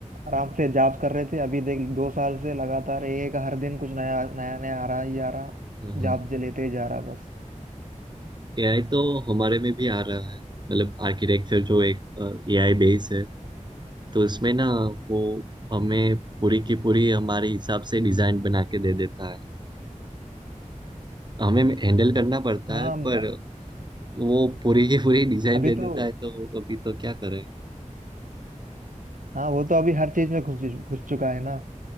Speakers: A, on the right; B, on the right.
A: आराम से जॉब कर रहे थे अभी देख दो साल से लगातार एक हर दिन कुछ नया नया नया आ रहा ही आ रहा
B: हाँ
A: जॉब जे लेते ही जा रहा बस
B: एआई तो हमारे में भी आ रहा है मतलब आर्किटेक्चर जो एक एआई बेस है तो इसमें ना वो हमें पूरी की पूरी हमारे हिसाब से डिजाइन बना के दे देता है हमें हैंडल करना पड़ता
A: हाँ
B: है
A: म-
B: पर वो पूरी की पूरी डिजाइन
A: अभी
B: दे
A: तो
B: देता है तो अभी तो क्या करें
A: हाँ वो तो अभी हर चीज में घुस घुस चुका है ना